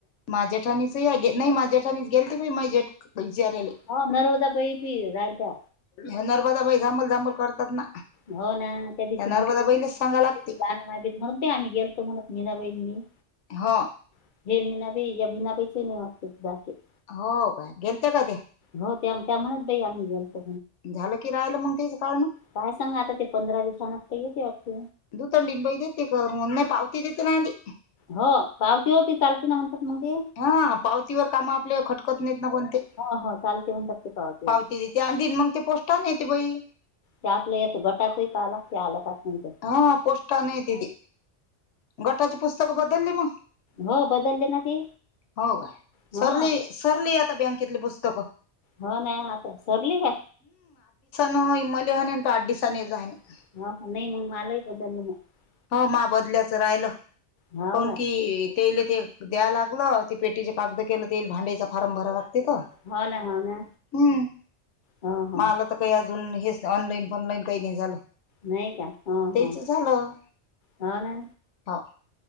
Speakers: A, on the left (about 75°); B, on the left (about 60°).
A: माझ्या ठाणीच नाही माझ्या ठाणीच गेल ते माझ्या विचार्याले
B: हो नर्मदाबाई बी राहिलत्या
A: हणार बाई जांभल जांभल करतात ना
B: हो ना त्या दिशी
A: नर्मदाबाईलाच
B: म्हटलं
A: सांगा लागते
B: जाण नाहीेत म्हणत ब आम्ही गेलतो म्हणत मीनाबाईंनी
A: हो
B: <unintelligible>
A: हो काय गेलते का ते?
B: हो त्या त्या म्हणून तर यांनी त
A: झालं की राहिलं मग तेच काढणं
B: काय सांग आता ते पंधरा दिवसनात येत वाटत
A: दुथंडीन बाई देते कर नाही पावती देते नाधी
B: हो पावती हो की चालती ना म्हणतात मग ते
A: हा पावतीवर काम आपल्या खटकत नाही न कोणते
B: हो हो चालते म्हणतात ते पावतीवर
A: पावती तिथे आणि तन मग ते पोस्टान येते बाई.
B: ते आपलं याच गटाचय का आला ते आलं का काय?
A: हा पोस्टाने येते ते गटाची पुस्तक बदलली मग
B: हो बदलले ना ते
A: हो का
B: हा
A: सरली सरली आता बँकेतली पुस्तकं.
B: हो ना आता सरली का
A: न इ मल हनी अंत आठ दिससानी यज हाननी.
B: <unintelligible>
A: हो मा बदल्याचं राहिलं
B: हो
A: पण
B: का
A: की ते ते द्याय लागलं ते पेटीचे कागद केलं तेईल भांडीचा फार्म भरा ला
B: हो ना हो ना
A: ्
B: हो हो
A: म तर काही अजून ऑनलाईन पॉनलाईन काही नाही झालं.
B: नाही का हा
A: त्याच
B: हा
A: झालं
B: ह ना.
A: हो